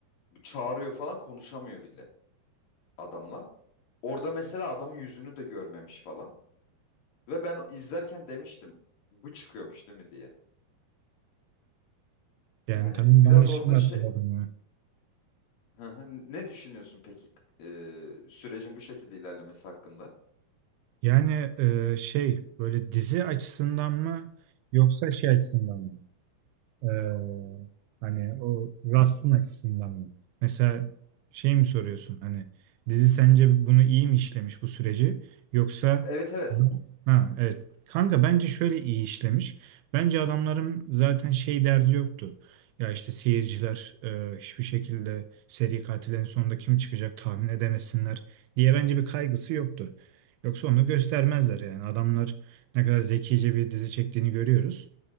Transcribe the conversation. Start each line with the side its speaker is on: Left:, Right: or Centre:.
Left: bu çağırıyor falan konuşamıyor bile adamla. Orada mesela adamın yüzünü de görmemiş falan. Ve ben izlerken demiştim bu çıkıyormuş değil mi diye.
Right: Yani
Left: Yani
Right: tamam
Left: biraz
Right: ben de şimdi
Left: orada
Right: hatırladım
Left: şey
Right: ya.
Left: <laughs> Hı hı. ne düşünüyorsun peki e, sürecin bu şekilde ilerlemesi hakkında?
Right: Yani e, şey böyle dizi açısından mı yoksa şey açısından mı? Ee, hani o Rust'ın açısından mı? Mesela şey mi soruyorsun hani dizi sence bunu iyi mi işlemiş bu süreci yoksa
Left: Evet evet.
Right: ha evet kanka bence şöyle iyi işlemiş. Bence adamların zaten şey derdi yoktu. Ya işte seyirciler e, hiçbir şekilde seri katillerin sonunda kim çıkacak tahmin edemesinler diye bence bir kaygısı yoktu. Yoksa onu göstermezler yani adamlar ne kadar zekice bir dizi çektiğini görüyoruz.